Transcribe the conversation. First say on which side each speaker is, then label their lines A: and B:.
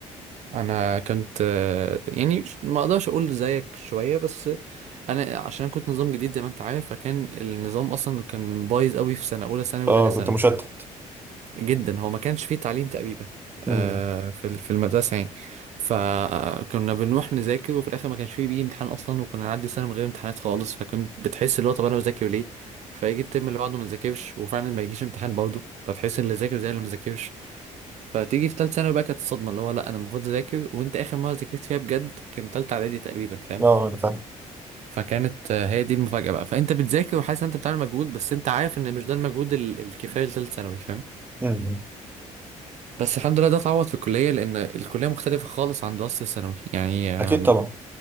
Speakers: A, on the right; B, on the right.
A: انا كنت آه، يعني ش- ما اقدرش اقول زيك شويه بس انا عشان أنا كنت نظام جديد زي ما انت عارف فكان النظام اصلا كان بايظ قوي في سنه اولى ثانوي
B: اه
A: وثانيه ثانوي
B: كنت مشتت
A: جدا هو ما كانش فيه تعليم تقريبا آه،
B: امم
A: في ال- في المدرسه يعني فكنا بنروح نذاكر وفي الاخر ما كانش فيه بيجي امتحان اصلا وكنا نعدي سنه من غير امتحانات خالص فكنت بتحس اللي هو طب انا بذاكر ليه فيجي الترم اللي بعده ما نذاكرش وفعلا ما يجيش امتحان برضه فتحس اللي ذاكر زي اللي ما ذاكرش فتيجي في تالتة ثانوي بقى كانت الصدمة اللي هو لا أنا المفروض أذاكر وأنت آخر مرة ذاكرت فيها بجد كان تالتة إعدادي تقريبا فاهم
B: اه انا فاهم
A: فكانت آه، هي دي المفاجأة بقى فأنت بتذاكر وحاسس إن أنت بتعمل مجهود بس أنت عارف إن مش ده المجهود ال- الكفاية لتالتة ثانوي فاهم
B: امم
A: بس الحمد لله ده اتعوض في الكلية لأن الكلية مختلفة خالص عن دراسة الثانوي يعني آم،
B: اكيد طبعا